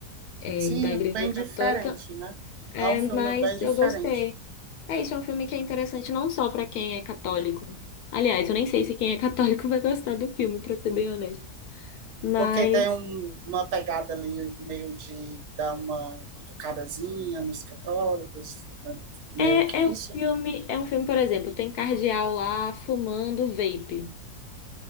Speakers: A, on the left (about 75°); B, on the right (about 70°).
A: é,
B: Sim,
A: da Igreja
B: bem
A: Católica,
B: diferente, né?
A: é,
B: É um filme
A: mas
B: bem diferente.
A: eu gostei. É isso, é um filme que é interessante não só pra quem é católico. Aliás, eu nem sei se quem é católico <laughs> vai gostar do filme, pra ser bem honesto. Mas
B: Porque tem um- uma pegada ali meio de dar uma cutucadazinha nos católicos, né? meio
A: é,
B: que
A: é um
B: isso.
A: filme, é um filme, por exemplo, tem cardeal lá fumando vape.